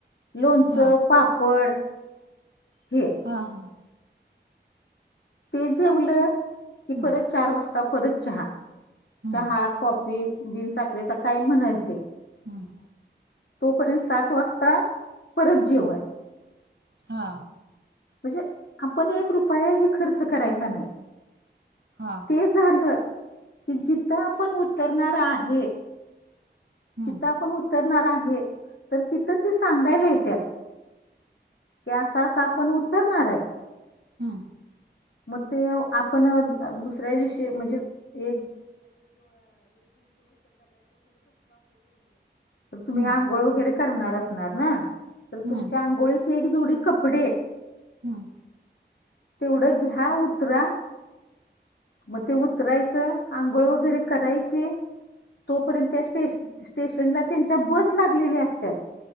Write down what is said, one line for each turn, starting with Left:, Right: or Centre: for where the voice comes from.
Left: लोणचं,
Right: हा
Left: पापड हे
Right: हां हां
Left: ते जेवलं
Right: चांगलं
Left: की
Right: हम्म
Left: परत चार वाजता परत चहा
Right: हम्म
Left: चहा, कॉफी. बिनसाखरेचा काय म्हणंल ते.
Right: हम्म
Left: तोपर्यंत सात वाजता परत जेवण.
Right: हा
Left: म्हजे आपण एक रुपयाही खर्च करायचा नाई.
Right: हा
Left: ते झालं जिथं आपण उतरणार आहे.
Right: हम्म
Left: जिथं आपण उतरणार आहे तर तिथं त सांगायला येतत. की आस आस आपण उत्तरणार आहे.
Right: हम
Left: मग ते आपण दुसऱ्या दिवशी म्हणजे- <unintelligible> तुम्ही
Right: हम्म
Left: आंघोळ वगैरे करणार असणार ना तर
Right: हम्म
Left: तुमच्या आंघोळीची एक जोडी कपडे.
Right: हां.
Left: तेवढं घ्या उतरा मग ते उतरायचं आंघोळ वगैरे करायचे. तोपर्यंत त्या स्टेश स्टेशनला त्यांच्या बस लागलेली असत्यात.